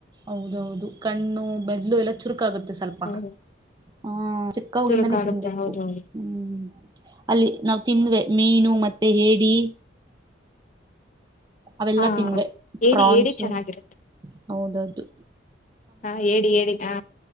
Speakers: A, on the right; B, on the left.
A: ಹೌದೌದು ಕಣ್ಣು ಬೆಜ್ಲು ಎಲ್ಲ ಚುರಕ ಆಗುತ್ತೆ ಸ್ವಲ್ಪ
B: ಹೌದು
A: ಹ ಚಿಕ್ಕ ವಾಗಿಂದಾನೇ
B: ಚುರುಕಾಗುತ್ತೆ
A: ತಿನ್ಬೇಕು
B: ಹೌದು ಹೌದು
A: ಹ್ಮ ಅಲ್ಲಿ ನಾವ ತಿಂದ್ವೇ ಮೀನು ಮತ್ತೆ ಹೇಡಿ ಅವೆಲ್ಲ
B: ಹಾ
A: ತಿಂದ್ವೇ
B: ಏಡಿ
A: ಪ್ರಾನ್ಸು
B: ಏಡಿ ಚೆನ್ನಾಗಿರುತ್ತೆ
A: ಹೌದ ಹೌದು.
B: ಹಾ ಏಡಿ ಏಡಿ ಹ್ಞಾ.